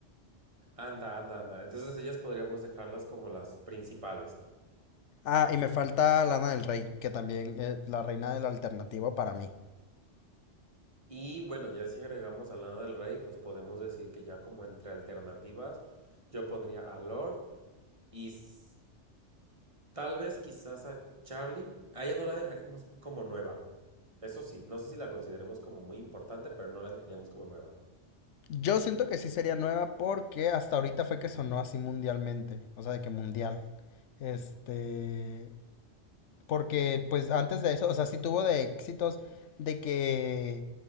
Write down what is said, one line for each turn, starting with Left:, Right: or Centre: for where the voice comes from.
Right: Anda, anda, anda. Entonces ellas podríamos dejarlas como las principales.
Left: Ah, y me falta Lana del Rey, que también es la reina del alternativo para mí.
Right: Y bueno, ya si agregamos a Lana del Rey, pues podemos decir que ya como entre alternativas, yo pondría a Lord y s- tal vez quizás a Charlie. A ella no la dejaríamos como nueva. Eso sí, no sé si la consideremos como muy importante, pero no la dejaríamos como nueva.
Left: Yo siento que sí sería nueva porque hasta ahorita fue que sonó así mundialmente, o sea, de que mundial. Este, porque pues antes de eso, o sea, sí tuvo de éxitos de que